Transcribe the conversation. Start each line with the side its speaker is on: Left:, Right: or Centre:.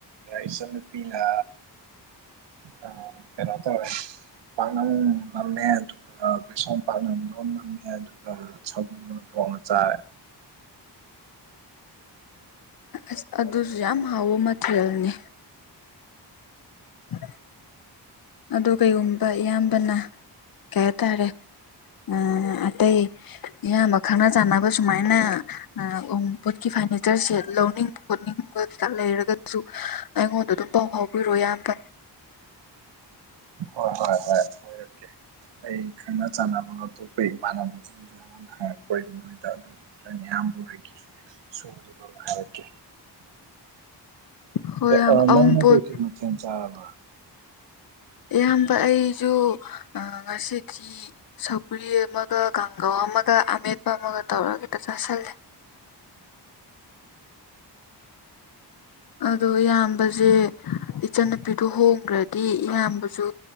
Right: ꯏꯆꯟ ꯅꯨꯄꯤꯅ ꯑꯥ ꯀꯩꯅꯣ ꯇꯧꯔꯦ ꯄꯥꯛꯅꯝ ꯑꯝ ꯅꯝꯃꯦ ꯑꯗꯨ ꯑꯥ ꯕꯦꯁꯣꯟ ꯄꯥꯛꯅꯞꯗꯣ ꯅꯝꯃꯦ ꯑꯗꯨꯒ ꯁꯧꯒ꯭ꯔꯤ ꯑꯝ ꯊꯣꯡꯉ ꯆꯥꯔꯦ
Left: ꯑꯁ ꯑꯗꯨꯁꯨ ꯌꯥꯝ ꯍꯥꯎꯕ ꯃꯊꯦꯜꯅꯤ ꯎꯝ ꯑꯗꯨ ꯀꯩꯒꯨꯝꯕ ꯏꯌꯥꯝꯕꯅ ꯀꯩ ꯍꯥꯏꯇꯥꯔꯦ ꯑꯥ ꯑꯇꯩ ꯏꯌꯥꯝꯕ ꯈꯪꯅ ꯆꯥꯟꯅꯕ ꯁꯨꯃꯥꯏꯅ ꯑꯏ ꯎꯄꯣꯠꯀꯤ ꯐꯥꯔꯅꯤꯆꯔ ꯁꯦꯠ ꯂꯧꯅꯤꯡ ꯈꯣꯠꯅꯤꯡꯕ ꯀꯩꯀꯥ ꯂꯩꯔꯒꯁꯨ ꯑꯩꯉꯣꯟꯗ ꯑꯗꯨꯝ ꯄꯥꯎ ꯐꯥꯎꯕꯤꯔꯣꯑꯣ ꯏꯌꯥꯝꯕ
Right: ꯍꯣꯏ ꯍꯣꯏ ꯍꯥꯏꯔꯛꯀꯦ ꯑꯩ ꯈꯪꯅ ꯆꯥꯟꯅꯕ ꯑꯇꯣꯞꯄ ꯏꯃꯥꯟꯅꯕꯁꯤꯡꯁꯨ ꯑꯩꯉꯣꯟꯗ ꯍꯥꯏꯔꯛꯄ ꯑꯣꯏꯗꯤ ꯅꯣꯏꯗ ꯑꯗꯨꯝ ꯅꯣꯏ ꯅꯌꯥꯝꯕ ꯍꯣꯏꯒꯤꯗꯒꯤꯁꯨ ꯑꯗꯨꯝ ꯍꯥꯏꯔꯛꯀꯦ
Left: ꯍꯣꯏ ꯏꯌꯥꯝꯕ
Right: ꯑꯥ
Left: ꯑꯎꯟꯄꯣꯠ
Right: ꯅꯪꯅ ꯀꯩ ꯀꯩ ꯃꯊꯦꯜ ꯆꯥꯔꯕ
Left: ꯏꯌꯥꯝꯕ ꯑꯩꯁꯨ ꯑꯥ ꯉꯁꯤꯗꯤ ꯁꯧꯒ꯭ꯔꯤ ꯑꯃꯒ ꯀꯥꯡꯒꯧ ꯑꯃꯒ ꯑꯃꯦꯠꯄ ꯑꯃꯒ ꯇꯧꯔꯒ ꯍꯦꯛꯇ ꯆꯥꯥꯁꯤꯜꯂꯦ ꯑꯗꯣ ꯏꯌꯥꯝꯕꯁꯦ ꯏꯆꯟ ꯅꯨꯄꯤꯗꯣ ꯍꯣꯡꯈ꯭ꯔꯗꯤ ꯏꯌꯥꯝꯕꯁꯨ